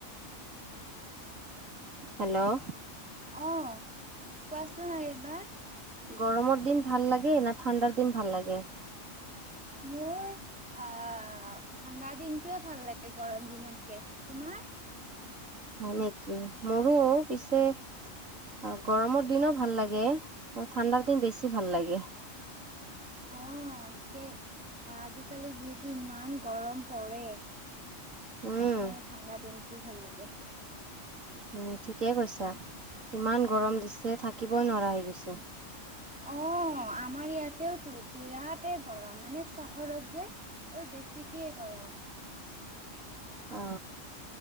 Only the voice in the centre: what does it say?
অ কোৱাচোন আৰু এবাৰ
মোৰ আহ ঠাণ্ডা দিনটোয়ে ভাল লাগে গৰম দিনতকে তোমাৰ
অ তাকে আজিকালি যিহেতু ইমান গৰম পৰে সেইকাৰণে
ঠাণ্ডা দিনটো ভাল লাগে
অ আমাৰ ইয়াতেতো বিৰাটেই গৰম মানে চহৰত যে আৰু বেছিকেই গৰম